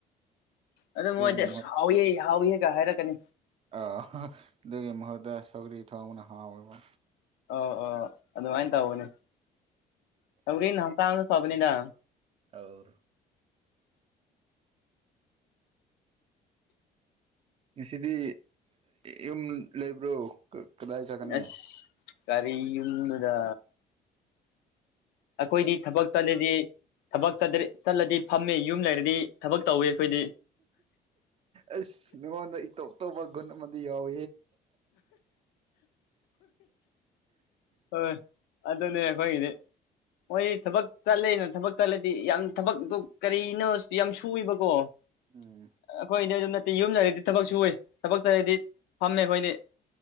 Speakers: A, on the left (about 80°); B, on the right (about 35°).
A: ꯑꯗꯨ
B: ꯑꯗꯨꯒꯤ
A: ꯃꯣꯏꯗꯤ ꯑꯥꯁ ꯍꯥꯎꯏꯦ ꯍꯥꯎꯏꯦꯒ ꯍꯥꯏꯔꯛꯀꯅꯤ
B: ꯑ ꯑꯗꯨꯒꯤ ꯃꯍꯨꯠꯇ ꯁꯧꯒꯔꯤ ꯊꯣꯡꯅ ꯍꯥꯎꯕ
A: ꯑꯣ ꯑꯣ ꯑꯗꯨꯃꯥꯏꯅ ꯇꯧꯕꯅꯦ ꯇꯧꯔꯤꯅ ꯍꯛꯆꯥꯡꯁꯨ ꯐꯕꯅꯤꯗ
B: ꯑꯧ ꯉꯁꯤꯗꯤ ꯌꯨꯝ ꯂꯩꯕ꯭ꯔꯣ ꯀꯗꯥꯏ ꯆꯠꯀꯅꯤ
A: ꯑꯁ ꯀꯔꯤ ꯌꯨꯟꯗꯨꯗꯥ ꯑꯩꯈꯣꯏꯗꯤ ꯊꯕꯛ ꯆꯠꯂꯗꯤ ꯊꯕꯛ ꯆꯠꯂꯗꯤ ꯐꯝꯃꯤ ꯌꯨꯝ ꯂꯩꯔꯗꯤ ꯊꯕꯛ ꯇꯧꯋꯤ ꯑꯩꯈꯣꯏꯗꯤ
B: ꯑꯁ ꯅꯅꯨꯡꯉꯣꯟꯅꯣ ꯏꯇꯣꯞ ꯒꯨꯟꯃꯗꯤ ꯌꯥꯎ
A: ꯍꯣꯏ ꯑꯗꯨꯅꯦ ꯑꯩꯈꯣꯏꯒꯤꯗꯤ ꯃꯣꯏ ꯊꯕꯛ ꯆꯠꯂꯦꯅ ꯊꯕꯛꯇꯂꯗꯤ ꯌꯥꯝ ꯊꯕꯛꯇꯣ ꯀꯔꯤꯅꯣ ꯌꯥꯝ ꯁꯨꯏꯕꯀꯣ ꯑꯩꯈꯣꯏꯗꯤ
B: ꯎꯝ
A: ꯑꯗꯨꯝ ꯅꯠꯇꯦ ꯌꯨꯝ ꯂꯩꯔꯗꯤ ꯊꯕꯛ ꯁꯨꯏ ꯊꯕꯛ ꯆꯔꯗꯤ ꯐꯝꯃꯦ ꯑꯩꯈꯣꯏꯗꯤ